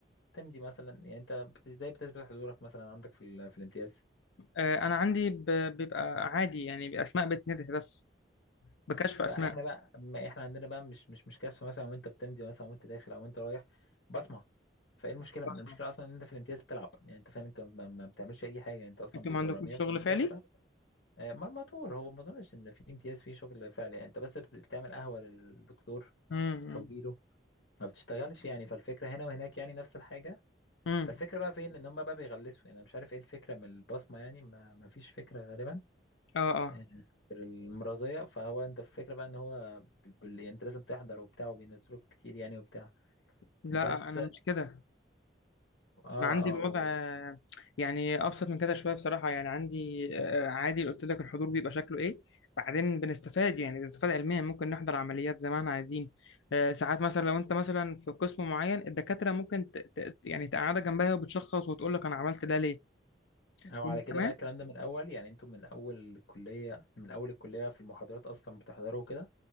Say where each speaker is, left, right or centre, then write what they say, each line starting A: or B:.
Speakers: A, on the left; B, on the left.
A: تمضي مثلا يعني انت بت- ازاي بتثبت حضورك مثلا عندك في ال- في الامتياز
B: آه انا عندي ب... بيبقى عادي يعني باسماء بتندهي بس بكشف
A: فاحنا
B: اسماء
A: بقى ما احنا عندنا بقى مش مش مش كشف مثلا وانت بتمضي مثلا وانت داخل او انت رايح بصمه فايه المشكله المشكله
B: بصمه
A: اصلا ان انت في الامتياز بتلعب يعني انت فاهم انت ما, ما بتعملش اي حاجه يعني انت اصلا
B: انتوا
A: بيبقوا
B: ما عندكوش
A: رامينك
B: شغل
A: في المستشفى
B: فعلي
A: آه، مرمطور هو ما اظنش ان في امتياز فيه شغل فعلي يعني انت بس بتعمل قهوه للدكتور
B: امم
A: بتهويله ما بتشتغلش يعني فالفكره هنا وهناك يعني نفس الحاجه
B: امم
A: فالفكره بقى فين ان هم بقى بيغلسوا يعني انا مش عارف ايه الفكره من البصمه يعني ما, ما فيش فكره غالبا
B: اه اه
A: غير المرازية فهو انت الفكرة بقى ان هو ب- بال- يعني انت لازم تحضر وبتاع وبينزلوك كتير يعني وبتاع
B: لا
A: بس
B: انا
A: اه
B: مش كده
A: اه
B: انا عندي الوضع آه، يعني ابسط من كده شويه بصراحه يعني عندي آه، عادي قلت لك الحضور بيبقى شكله ايه بعدين بنستفاد يعني بنستفاد علميا ممكن نحضر عمليات زي ما احنا عايزين آه، ساعات مثلا لو انت مثلا في قسم معين الدكاتره ممكن ت... ت... يعني تقعدك جنبها وبتشخص وتقول لك انا عملت ده ليه
A: او
B: وكمان
A: على كده بقى الكلام ده من الاول يعني انتوا من اول الكلية من اول الكلية في المحاضرات اصلا بتحضروا كده